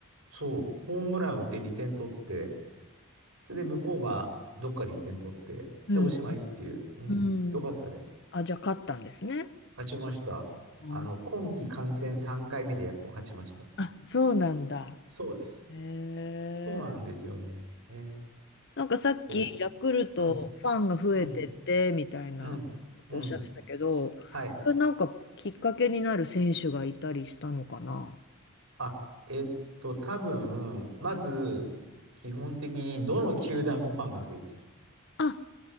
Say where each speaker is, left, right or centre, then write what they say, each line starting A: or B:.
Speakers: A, on the right; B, on the left.
A: そう、ホームラン打って2点取って、それで向こうがどっかで1点取って、
B: うん。
A: で、おしまいっていう、うん、
B: うん。
A: よかったです。
B: あ、じゃあ勝ったんですね。
A: 勝ちました。
B: あ、
A: あの、今季観戦3回目でやっと勝ちましたっていう。
B: あそうなんだ。
A: そうです。
B: へえ。
A: そうなんですよ。ね。
B: なんかさっきヤクルトファンが増えてってみたいなことおっしゃってたけど、
A: そう。うん、うん、うん、うん。はい。
B: それなんかきっかけになる選手がいたりしたのかな
A: あ、えっと、多分、まず、基本的にどの球団もファンが増えてる。
B: あ、